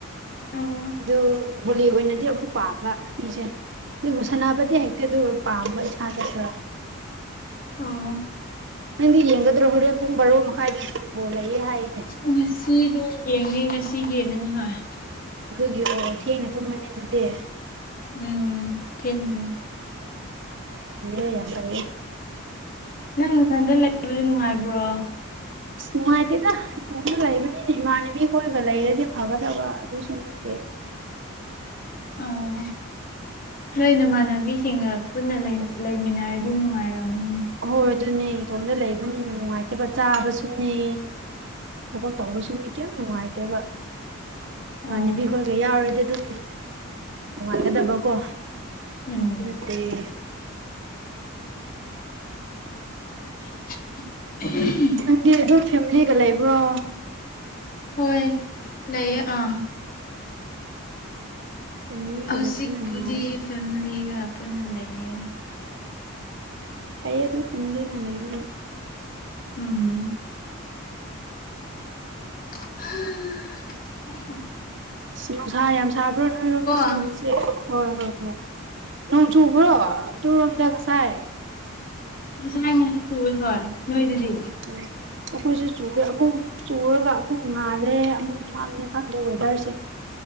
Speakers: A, on the left; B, on the right.
A: ꯑꯣ
B: ꯑꯗꯨ ꯕꯣꯂꯤ ꯑꯣꯏꯅꯗꯤ ꯑꯃꯨꯛ ꯄꯥꯝꯕ ꯑꯩꯁꯦ ꯑꯗꯨꯕꯨ ꯁꯅꯥꯄꯇꯤ ꯍꯦꯛ ꯄꯥꯝꯕ <unintelligible>
A: ꯑꯣ
B: ꯅꯪꯗꯤ ꯌꯦꯡꯒꯗ꯭ꯔꯣ ꯍꯣꯔꯦꯟ ꯄꯨꯡ ꯕꯥꯔꯣ ꯃꯈꯥꯏꯗ ꯐꯨꯠꯕꯣꯜ ꯂꯩꯌꯦ ꯍꯥꯏ
A: ꯉꯁꯤꯗꯣ ꯌꯦꯡꯅꯤ ꯉꯁꯤ ꯌꯦꯡꯉꯅꯤ ꯍꯣꯏ
B: ꯑꯗꯨꯒꯤ ꯑꯣ ꯊꯦꯡꯅ ꯇꯨꯝꯃꯅꯤ ꯑꯗꯨꯗꯤ
A: ꯎꯝ ꯊꯦ
B: ꯑ ꯌꯥꯝ ꯐꯩꯌꯦ
A: ꯅꯪ ꯅꯊꯟꯗ ꯂꯩꯕꯗꯤ ꯅꯨꯡꯉꯥꯏꯕ꯭ꯔꯣ
B: ꯅꯨꯡꯉꯥꯏꯇꯦꯗ ꯏꯇꯣꯝꯗ ꯂꯩꯕꯅꯤꯅ ꯏꯃꯥꯟꯅꯕꯤ ꯍꯣꯏꯒ ꯂꯩꯔꯗꯤ ꯐꯒꯗꯕ ꯑꯗꯨꯁꯨ ꯅꯠꯇ‌ꯦ
A: ꯑꯣ ꯅꯣꯏ ꯅꯃꯥꯟꯅꯕꯤꯁꯤꯡꯒ ꯄꯨꯟꯅ ꯂꯩꯂꯩꯃꯤꯟꯅꯔꯗꯤ ꯅꯨꯡꯉꯥꯏꯔꯕꯅꯤꯅꯦ
B: ꯑꯍꯣꯏ ꯑꯗꯨꯅꯦ ꯏꯇꯣꯝꯗ ꯂꯩꯕꯅꯤꯅ ꯅꯨꯡꯉꯥꯏꯇꯦꯕ ꯆꯥꯕꯁꯨꯅꯦ ꯊꯕꯛ ꯇꯧꯕꯁꯨꯅ‌ꯦ ꯀꯩꯝ ꯅꯨꯡꯉꯥꯏꯇꯦꯕ ꯏꯃꯥꯟꯅꯕꯤ
A: ꯑꯣ
B: ꯈꯣꯏꯒ ꯌꯥꯎꯔꯗꯤ ꯑꯗꯨꯝ ꯅꯨꯡꯉꯥꯏꯒꯗꯕꯀꯣ
A: ꯎꯝ
B: ꯅꯠꯇ‌ꯦ
A: <unintelligible>
B: ꯅꯪꯗꯤ ꯑꯗꯨꯝ ꯐꯦꯃꯤꯂꯤꯒ ꯂꯩꯕ꯭ꯔꯣ
A: ꯍꯣꯏ ꯂꯩꯌꯦ ꯑꯥ
B: ꯐ‌ꯦꯃꯤꯂꯤꯒ
A: ꯍꯧꯖꯤꯛꯄꯨꯗꯤ
B: ꯂꯩꯕꯅ ꯅꯨꯡꯉꯥꯏꯔ‌ꯦ
A: ꯐꯦꯃꯤꯂꯤꯒ ꯄꯨꯟꯅ ꯂꯩꯌꯦ
B: ꯐꯩꯌ‌ꯦ ꯑꯗꯨ ꯐꯦꯃꯤꯂꯤ ꯅ ꯂꯩꯕꯅꯤ
A: ꯎꯝ ꯍꯥ <unintelligible>
B: ꯅꯨꯡꯁꯥꯥ ꯌꯥꯝ ꯁꯥꯕ꯭ꯔꯣ ꯅꯣꯏꯔꯣꯝꯒꯤꯁꯨ
A: ꯑꯥ
B: ꯉꯁꯤ ꯍꯣꯏ ꯍꯣꯏ ꯍꯣꯏ ꯅꯣꯡ ꯆꯨꯕ꯭ꯔꯣ ꯗꯨꯔꯣꯝꯗ ꯉꯁꯥꯏ
A: ꯉꯁꯥꯏ ꯉꯛꯇꯪ ꯆꯨꯋ‌ꯦ ꯍꯣꯏ ꯅꯣꯏꯗꯨꯗꯤ
B: ꯎꯝ ꯑꯩꯈꯣꯏꯁꯨ ꯆꯨꯋ‌ꯦ ꯑꯃꯨꯛ ꯆꯨꯔꯒ ꯑꯃꯨꯛ ꯉꯥꯜꯂꯦ ꯑꯃꯨꯛ ꯃꯝꯃꯦ ꯈꯪꯗꯦ ꯋꯦꯗꯔꯁꯦ